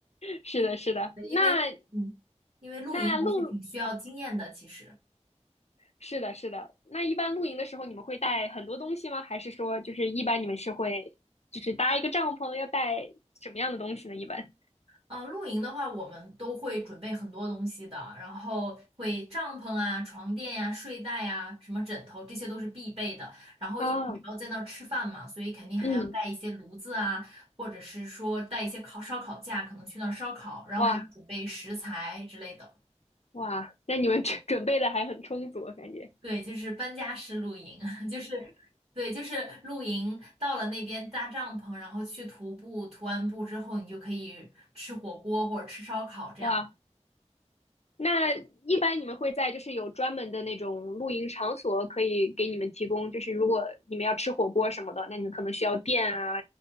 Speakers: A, on the left (about 65°); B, on the right (about 50°).
A: 是的，是的。那
B: 因为嗯，因为露营还是挺需要经验的，
A: 那露，哦，
B: 其实。
A: 是的，是的。那一般露营的时候，你们会带很多东西吗？还是说，就是一般你们是会，就是搭一个帐篷，要带什么样的东西呢？一般？
B: 嗯，露营的话，我们都会准备很多东西的，然后会帐篷啊、床垫呀、睡袋呀、什么枕头，这些都是必备的。然后，
A: 啊，
B: 因为你还要在那儿吃饭嘛，所以肯定还要带一些炉子啊，
A: 嗯，
B: 或者是说带一些烤烧烤架，可能去那儿烧烤，然后还要准备食材之类的。
A: 哇哇，那你们准准备的还很充足，我感觉。
B: 对，就是搬家式露营，<laughs> 就是对，就是露营到了那边搭帐篷，然后去徒步，徒完步之后，你就可以吃火锅或者吃烧烤这样。
A: 哇，那一般你们会在就是有专门的那种露营场所可以给你们提供，就是如果你们要吃火锅什么的，那你们可能需要电啊、